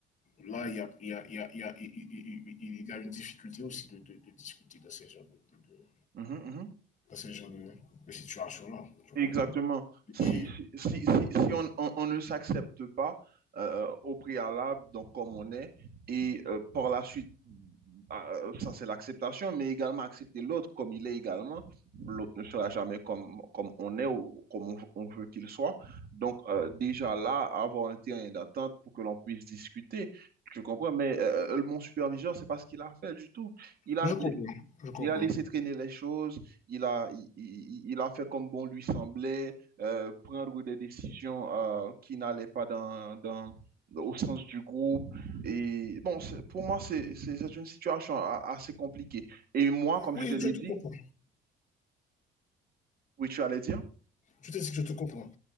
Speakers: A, on the left; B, on the right.
A: là, il y a, il y a- il y a- il y a- il- y a une difficulté aussi de, de- de discuter dans ces genres de, de- de-
B: mhm, mhm.
A: dans ces genres de, de situations-là. Je
B: Exactement.
A: comprends.
B: Si,
A: Et,
B: si, si, si, si on, on- on ne s'accepte pas euh, au préalable, donc comme on est, et euh, par la suite, bah, euh, ça c'est l'acceptation, mais également accepter l'autre comme il est également. L'autre ne sera jamais comme, comme on est ou comme on, on veut qu'il soit. Donc euh, déjà là, avoir un terrain d'attente pour que l'on puisse discuter. Je comprends, mais euh, mon superviseur, c'est pas ce qu'il a fait du tout. Il a
A: je comprends. Je comprends.
B: il a laissé traîner les choses, il a, il, il- il a fait comme bon lui semblait, euh, prendre des décisions euh, qui n'allaient pas dans, dans- au sens du groupe. Et bon, c'est- pour moi, c'est c'est- c'est une situation a- assez compliquée. Et moi, comme
A: Oui,
B: je te l'ai
A: je te
B: dit,
A: comprends.
B: oui, tu allais dire.
A: Je te dis que je te comprends.